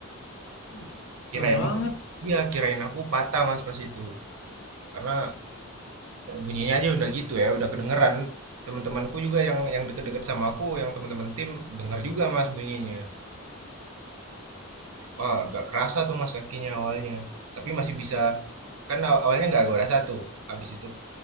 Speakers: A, on the left; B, on the right.
A: uh,
B: Kirain
A: serem banget.
B: apa? iya, kirain aku patah Mas pas itu. Karena bunyinya aja udah gitu ya, udah kedengeran. Teman-temanku juga yang yang deket-deket sama aku, yang teman-teman tim denger juga Mas bunyinya. Wah, gak kerasa tuh Mas kakinya awalnya. Tapi masih bisa kan aw- awalnya nggak gua rasa tuh. Habis itu